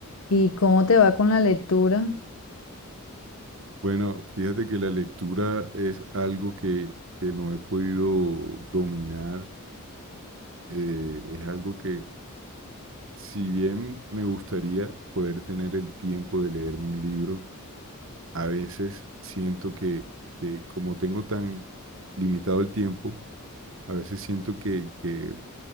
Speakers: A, on the left; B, on the right.
A: ¿Y cómo te va con la lectura?
B: bueno, fíjate que la lectura es algo que, que no he podido dominar, eh, es algo que Si bien me gustaría poder tener el tiempo de leerme un libro, a veces siento que, que como tengo tan limitado el tiempo, a veces siento que, que,